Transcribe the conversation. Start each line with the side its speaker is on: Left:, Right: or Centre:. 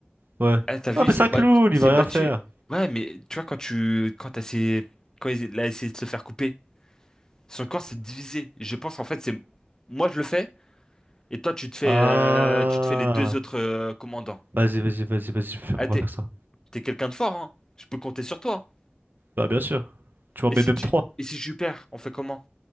Right: Ouais.
Left: Eh, t'as vu,
Right: Ah,
Left: il
Right: mais
Left: s'est
Right: c'est un
Left: battu.
Right: clown,
Left: Il
Right: il
Left: s'est
Right: va
Left: battu.
Right: rien faire.
Left: Ouais, mais tu vois, quand tu... Quand t'as essayé... Quand il a essayé de se faire couper, son corps s'est divisé. Je pense, en fait, c'est... Moi, je le fais. Et toi, tu te fais...
Right: Ah.
Left: euh, Tu te fais les deux autres euh, commandants.
Right: Vas-y, vas-y, vas-y, vas-y, je vais faire-
Left: Ah,
Right: on
Left: t'es...
Right: va faire ça.
Left: T'es quelqu'un de fort, hein. Je peux compter sur toi.
Right: Bah, bien sûr. Tu m'en
Left: Et
Right: mets
Left: si
Right: même
Left: tu...
Right: 3.
Left: Et si je perds, on fait comment?